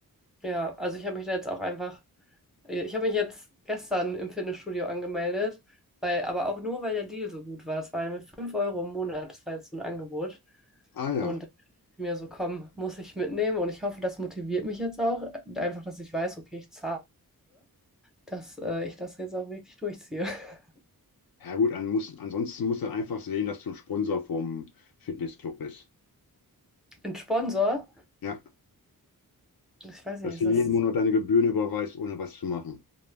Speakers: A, in the centre; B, on the left.
A: Ja, also ich habe mich da jetzt auch einfach, äh, ich habe mich jetzt gestern im Fitnessstudio angemeldet, weil, aber auch nur, weil der Deal so gut war. Das war mit 5 Euro im Monat, das war jetzt so ein Angebot.
B: Ah ja.
A: Und ich mir so, komm, muss ich mitnehmen. Und ich hoffe, das motiviert mich jetzt auch, äh, einfach, dass ich weiß, okay, ich zahle, dass äh, ich das jetzt auch wirklich durchziehe. <laughs>
B: Ja gut, an muss, ansonsten musst du einfach sehen, dass du ein Sponsor vom Fitnessclub bist.
A: Ein Sponsor,
B: Ja,
A: ich weiß
B: dass
A: nicht, ist
B: du jeden
A: das,
B: Monat deine Gebühren überweist, ohne was zu machen.